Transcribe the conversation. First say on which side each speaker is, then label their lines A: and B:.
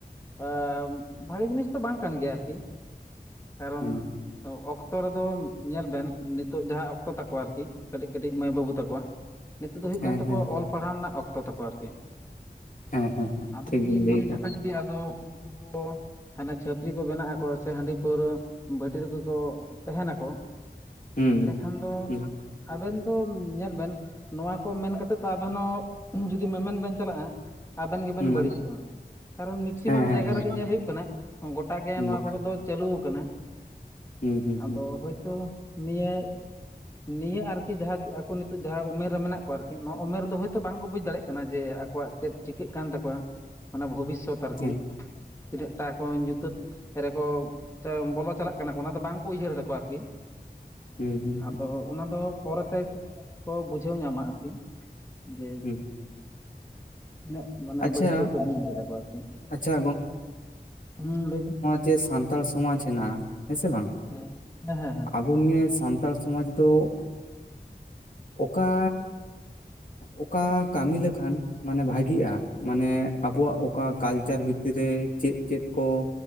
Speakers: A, on the left (about 15°); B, on the left (about 50°).
A: ᱟᱻ ᱵᱷᱟᱜᱮ ᱡᱤᱱᱤᱥ ᱛᱚ ᱵᱟᱝ ᱠᱟᱱ ᱜᱮᱭᱟ ᱟᱨ ᱠᱤ ᱠᱟᱨᱚᱱ
B: ᱦᱮᱸ
A: ᱚᱠᱛᱚ ᱨᱮᱫᱚ ᱧᱮᱞ ᱵᱮᱱ ᱱᱤᱛᱚᱜ ᱡᱟᱦᱟᱸ ᱚᱠ ᱛᱚ ᱛᱟᱠᱚ ᱟᱨᱠᱤ ᱠᱟᱹᱴᱤᱡ ᱠᱟᱹᱴᱤᱡ ᱢᱟᱹᱭ ᱵᱟᱹᱵᱩ ᱛᱟᱠᱚᱣᱟᱜ, ᱱᱤᱛᱚᱜ ᱫᱚ ᱦᱩᱭᱩᱜ
B: ᱦᱮᱸ
A: ᱠᱟᱱ ᱛᱟᱠᱚᱣᱟ
B: ᱦᱮᱸ ᱦᱮᱸ
A: ᱚᱞ ᱯᱟᱲᱦᱟᱣ ᱨᱮᱱᱟᱜ ᱚᱠᱛᱚ ᱛᱟᱠᱚᱣᱟ ᱟᱨᱠᱤ᱾ ᱜᱮ
B: ᱦᱮᱸ ᱦᱮᱸ ᱦᱮᱸ
A: ᱟᱫᱚ
B: ᱴᱷᱤᱠ
A: ᱡᱩᱫᱤ
B: ᱵᱤᱱ
A: ᱱᱤᱭᱟᱹ
B: ᱞᱟᱹᱭ ᱠᱟᱜᱼᱟ
A: ᱡᱚᱠᱷᱮᱡ ᱡᱩᱫᱤ ᱟᱫᱚ ᱩᱱᱠᱩ ᱠᱚ ᱦᱟᱱᱮ ᱪᱷᱟᱹᱯᱨᱤ ᱠᱚ ᱵᱮᱱᱟᱜ ᱟᱠᱚ ᱥᱮ ᱦᱟᱹᱰᱤ ᱯᱟᱹᱣᱨᱟᱹ ᱵᱷᱟᱹᱴᱤ ᱨᱮᱜᱮ ᱠᱚ ᱛᱟᱦᱮᱱᱟᱠᱚ᱾
B: ᱦᱩᱸ
A: ᱮᱲᱮᱠᱷᱟᱱ ᱫᱚ
B: ᱦᱩᱸ
A: ᱟᱵᱮᱱ ᱫᱚ ᱧᱮᱞ ᱵᱮᱱ ᱱᱚᱣᱟ ᱠᱚ ᱢᱮᱱ ᱠᱟᱛᱮᱫ ᱫᱚ ᱟᱵᱮᱱ ᱦᱚᱸ ᱡᱩᱫᱤ ᱢᱮᱢᱮᱱ ᱵᱮᱱ ᱪᱟᱞᱟᱜ-ᱟ ᱟᱵᱮᱱ
B: ᱦᱩᱸ
A: ᱜᱮᱵᱮᱱ ᱵᱟᱹᱲᱤᱡᱚᱜ-ᱟ ᱾ ᱠᱟᱨᱚᱱ ᱢᱤᱠᱥᱤᱢᱟᱢ
B: ᱦᱮᱸ ᱦᱮᱸ
A: ᱡᱟᱭᱜᱟ
B: ᱦᱮᱸ
A: ᱨᱮᱜᱮ ᱧᱮᱞ ᱦᱩᱭᱩᱜ ᱠᱟᱱᱟ ᱜᱚᱴᱟ ᱜᱮ
B: ᱦᱩᱸ
A: ᱱᱚᱣᱟ ᱠᱚᱜᱮ ᱫᱚ ᱪᱟᱹᱞᱩᱣ ᱠᱟᱱᱟ᱾
B: ᱦᱩᱸ ᱦᱩᱸ
A: ᱟᱫᱚ
B: ᱦᱩᱸ ᱦᱩᱸ
A: ᱦᱳᱭᱛᱚ᱾ ᱱᱤᱭᱟᱹ ᱱᱤᱭᱟᱹ ᱟᱨᱠᱤ ᱡᱟᱦᱟᱸ ᱟᱠᱚ ᱱᱤᱛᱚᱜ ᱡᱟᱦᱟᱸ ᱩᱢᱮᱨ ᱨᱮ ᱢᱮᱱᱟᱜ ᱟᱨᱠᱤ ᱱᱚᱣᱟ ᱚᱢᱮᱨ ᱫᱚ ᱦᱳᱭᱛᱚ ᱵᱟᱝᱠᱚ ᱵᱩᱡᱽ ᱫᱟᱲᱮᱜ ᱠᱟᱱᱟ ᱡᱮ ᱟᱠᱚᱣᱟᱜ ᱪᱮᱫ ᱪᱤᱠᱟᱹᱜ ᱠᱟᱱ ᱛᱟᱠᱚᱣᱟ ᱚᱱᱟ ᱵᱷᱚᱵᱤᱥᱥᱚᱛ᱾ ᱛᱟᱨᱠᱤ
B: ᱦᱮᱸ
A: ᱛᱤᱱᱟᱹᱜ ᱴᱟ ᱠᱚ ᱧᱩᱛᱟᱹᱛ ᱨᱮᱠᱚ ᱵᱚᱞᱚ ᱪᱟᱞᱟᱜ ᱠᱟᱱᱟᱠᱚ ᱚᱱᱟ ᱫᱚ ᱵᱟᱝᱠᱚ ᱩᱭᱦᱟᱹᱨ ᱫᱟᱠᱚ ᱟᱨᱠᱤ
B: ᱦᱩᱸ ᱦᱩᱸ
A: ᱟᱫᱚ ᱚᱱᱟ ᱫᱚ ᱯᱚᱨᱮᱛᱮ ᱠᱚ ᱵᱩᱡᱷᱟᱹᱣ ᱧᱟᱢᱟ ᱟᱨᱠᱤ ᱡᱮ
B: ᱦᱩᱸ
A: ᱤᱱᱟᱹᱜ ᱢᱟᱱᱮ
B: ᱟᱪᱪᱷᱟ
A: ᱵᱟᱹᱲᱤᱡ ᱠᱚ ᱠᱟᱹᱢᱤᱭ ᱠᱟᱫᱟ ᱠᱚ ᱟᱨᱠᱤ,
B: ᱟᱪᱪᱷᱟ
A: ᱦᱩᱸ ᱞᱟᱹᱭ ᱵᱤᱱ᱾
B: ᱪᱮ ᱥᱟᱱᱛᱟᱲ ᱥᱚᱢᱟᱡᱽ ᱦᱮᱱᱟᱜ-ᱟ, ᱦᱮᱸᱥᱮ ᱵᱟᱝ?
A: ᱦᱮᱸ ᱦᱮᱸ ᱦᱮᱸ।
B: ᱟᱵᱚ ᱱᱤᱭᱟᱹ ᱥᱟᱱᱛᱟᱲ ᱥᱚᱢᱟᱡᱽ ᱫᱚ ᱚᱠᱟ ᱚᱠᱟ ᱠᱟᱹᱢᱤ ᱞᱮᱠᱷᱟᱱ ᱢᱟᱱᱮ ᱵᱷᱟᱜᱤᱜ-ᱟ᱾ ᱢᱟᱱᱮ ᱟᱵᱚᱣᱟᱜ ᱚᱠᱟ ᱠᱟᱞᱪᱟᱨ ᱵᱷᱤᱛᱤᱨᱮ ᱪᱮᱫ ᱪᱮᱫ ᱠᱚ